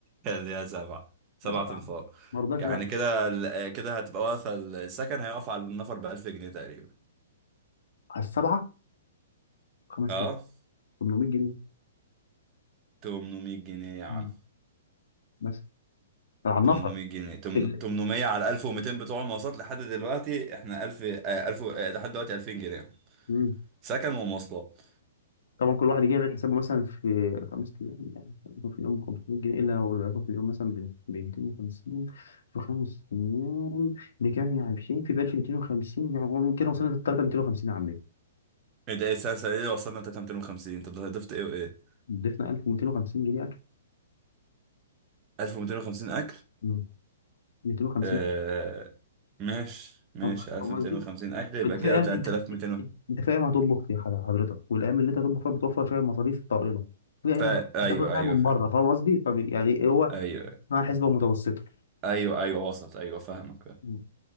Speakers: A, on the right; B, on the left.
A: خليها سبعة سبعة
B: لا سبعة يا
A: انفار
B: عم. ما رضاش
A: يعني
B: يلعب
A: كده ال- كده هتبقى واقفة السكن هيقف على النفر بألف جنيه تقريبا
B: على السبعة 5000
A: اه
B: 800 جنيه
A: 800 جنيه يا عم
B: مم. بس على النفر
A: 800 جنيه تمن-
B: في ال...
A: 800 على 1200 بتوع المواصلات لحد دلوقتي احنا 1000 آه، 1000 آه، لحد دلوقتي 2000 جنيه
B: مم.
A: سكن ومواصلات
B: طبعا كل واحد يجي يعمل حسابه مثلا في خمس ايام يعني يكون في اليوم 500 جنيه الا لو يكون في اليوم مثلا ب 250 في خمس ايام دي كام يعني في شيء في ب 1250 يعني هو كده وصلنا ل 3250 يا عمي
A: انت ايه السنه السنة دي وصلنا 3250 طب ضفت ايه وايه
B: ضفنا 1250 جنيه اكل
A: 1250 اكل
B: مم. 250
A: اه ماشي ماشي
B: فاهم
A: 1250
B: فاهم قصدي؟
A: اكل يبقى
B: وانت فاهم
A: كده 3200
B: انت انت فاهم هتطبخ فيها حضر- حضرتك والايام اللي انت هتطبخ فيها بتوفر فيها مصاريف طائله في ايام
A: فا
B: هت- هتاكل
A: ايوه
B: فيها
A: ايوه
B: من
A: فاهم
B: بره فاهم قصدي؟ فب- يعني إيه، هو
A: ايوه
B: اسمها حسبه متوسطه
A: ايوه ايوه وصلت ايوه فاهمك
B: مم.